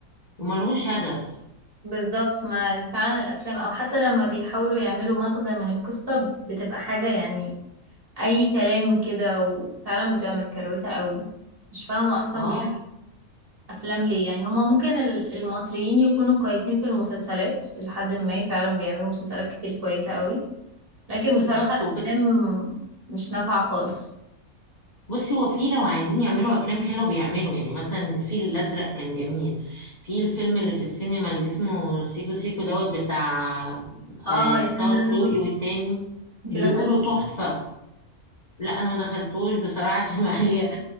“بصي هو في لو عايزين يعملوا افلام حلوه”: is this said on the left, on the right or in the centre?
Left